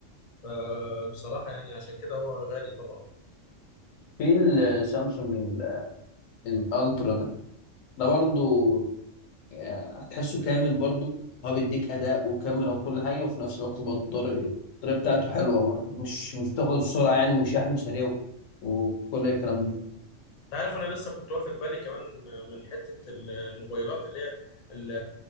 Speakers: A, on the left; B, on the left.
A: فبصراحة يعني عشان كده هو غالي طبعا
B: في السامسونج ال- الألترا ده ده برضو يعني هتحسه كامل برضو هو بيديك أداء وكاميرا وكل حاجة وفي نفس الوقت بطارية البطارية بتاعته حلوة برضو مش مش بتخلص بسرعة يعني وشحنه سريع و- وكل الكلام ده
A: انت عارف انا لسه كنت واخد بالي كمان من حتة الموبايلات اللي هي ال-